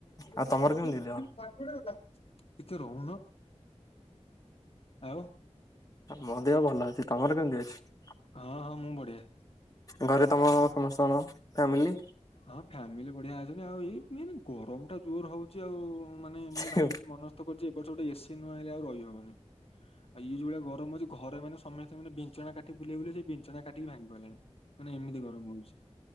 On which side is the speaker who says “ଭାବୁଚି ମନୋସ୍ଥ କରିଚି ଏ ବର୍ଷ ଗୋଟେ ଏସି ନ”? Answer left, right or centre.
Left